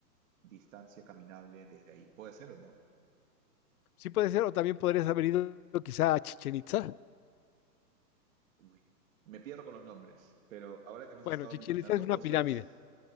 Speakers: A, on the right; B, on the left.
A: distancia caminable desde ahí. ¿Puede ser o no?
B: Sí puede ser, o también podrías haber ido quizá a Chichen Itza.
A: Uy, me pierdo con los nombres, pero ahora que me has
B: Bueno,
A: estado
B: Chichen
A: mencionando
B: Itza es una
A: cosas,
B: pirámide.